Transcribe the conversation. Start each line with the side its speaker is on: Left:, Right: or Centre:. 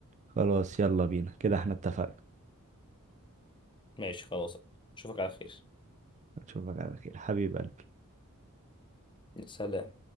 Right: خلاص يلا بينا كده احنا اتفقنا
Left: ماشي خلاص اشوفك على خير
Right: اشوفك على خير حبيبي
Left: سلام